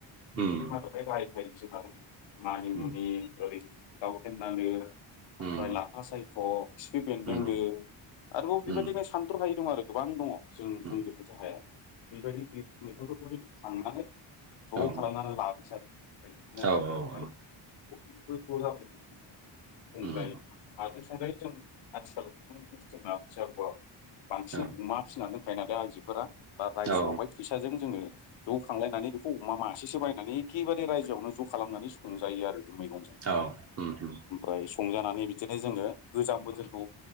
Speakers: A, on the left (about 65°); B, on the right (about 30°).
A: बेफोरनि
B: उम
A: मादाव बै गाहाय <unintelligible> मानि
B: उम
A: मुनि ओरै दाउ फेन्दानो
B: उम
A: ओमफ्राय लाफा सायख' खिफि बेन्दोंनो
B: उम
A: आरोबाव बेबायदिनो
B: उम
A: सानथ्र' हायै दं आरो गोबां दङ जों
B: उम
A: बुंंजोबनोसो हाया बेबायदि बे मैगंफोरखौ जों खांनानै
B: औ
A: ज' खालामनानै लाबोनोसै आरो ओमफ्राय बिदिनो
B: औ
A: हायजोआवहाय
B: औ
A: बयबो ज' जालाय संजायो
B: उम
A: आरो नाथाय जों आथिखालाव <unintelligible> बांसिन
B: औ
A: अमा फिनानै खायो नालाय आइजोफोरा बा रायजोआवहाय
B: औ
A: फैसाजों जोङो ज' खांलायनानै बेखौ अमा मासेसो बायनानै एखेबारे रायजोआवनो ज' खालामनानै संजायो आरो मैगंजोन
B: औ उम उम
A: ओमफ्राय संजानानै बिदिनो जोङो गोजाम बोसोरखौ